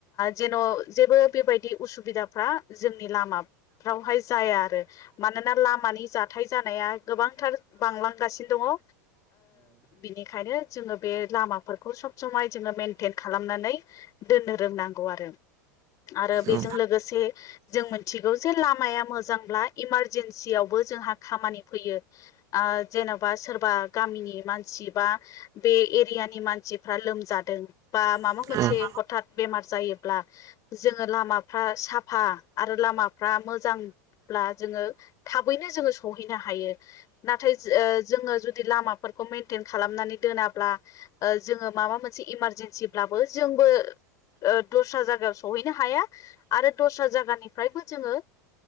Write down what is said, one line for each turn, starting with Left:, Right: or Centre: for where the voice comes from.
Left: जेन' जेबो बेबायदि उसुबिदाफ्रा जोंनि लामाफ्रावहाय जाया आरो मानोना लामानि जाथाय जानाया गोबांथार बांलांगासिनो दङ बिनिखायनो जोङो बे लामाफोरखौ सब समाय जोङो मेनटेन खालामनानै दोननो रोंनांगौ आरो आरो बेजों
Right: औ
Left: लोगोसे जों मिथिगौ जे लामाया मोजांब्ला इमारजेन्सियावबो जोंहा खामानि फैयो जेन'बा सोरबा गामिनि मानसि बा बे एरियानि मानसिफ्रा लोमजादों बा माबा
Right: औ
Left: मोनसे
Right: औ
Left: हथात बेमार जायोब्ला जोङो लामाफ्रा साफा आरो लामाफ्रा मोजां ब्ला जोङो थाबैनो जोङो सहैनो हायो नाथाय जोङो जुदि लामाफोरखौ मेेनटेन खालामनानै दोनाब्ला जोङो माबा मोनसे इमारजेन्सिब्लाबो जोंबो दस्रा जायगायाव सहैनो हाया आरो दस्रा जायगानिफ्रायबो जोङो